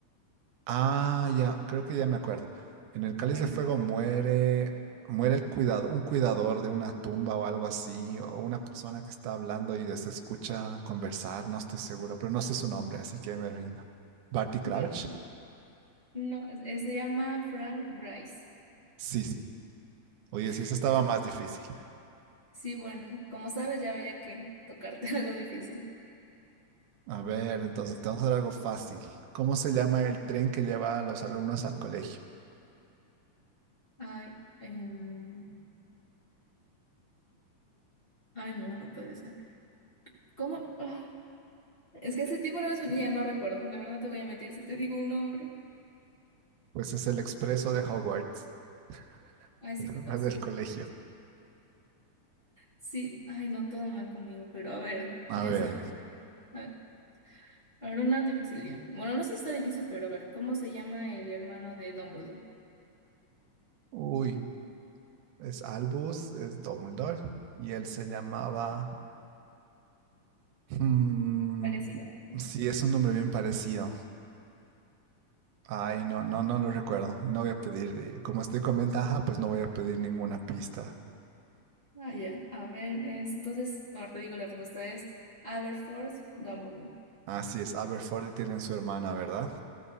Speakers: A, on the right; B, on the left.
A: Ah, ya, creo que ya me acuerdo. En el cáliz
B: a ver,
A: de fuego muere, muere el cuidado, un cuidador de una tumba o algo así, o una persona que está hablando y se escucha conversar, no estoy seguro, pero no sé su nombre, así que me rindo. Barty Crouch.
B: bueno. No, es- es- se llama Frank Bryce.
A: Sí, sí. Oye,
B: <laughs>
A: sí, eso estaba más difícil.
B: Sí, bueno, como sabes, ya había que tocarte <laughs> algo difícil.
A: A ver, entonces, te vamos a hacer algo fácil. ¿Cómo se llama el tren que lleva a los alumnos al colegio?
B: Ay, em, ay, no, no puede ser. ¿Cómo? Ah, es que hace tiempo no ves- ya no recuerdo. La verdad te voy a meter si te digo un nombre.
A: Pues es el expreso de Hogwarts, <laughs>
B: Ay, sí,
A: el nombre
B: qué fácil.
A: del colegio.
B: Sí, ay, no, todo mal conmigo, pero a ver,
A: A
B: voy
A: ver.
B: a hacer. A a ver, una difícil ya. Bueno, no sé si está difícil, pero a ver, ¿cómo se llama el hermano de Dumbledore?
A: Uy, es Albus, es Dumbledore, y él se llamaba... mm,
B: Parecido.
A: sí, es un nombre bien parecido. Ay, no, no, no lo recuerdo. Y no voy a pedir, eh, como estoy con ventaja, pues no voy a pedir ninguna pista.
B: Ah, ya. A ver, es. Entonces, ahora te digo, la respuesta es Aberforth Dumbledore.
A: Así es, Aberforth y tienen su hermana, ¿verdad?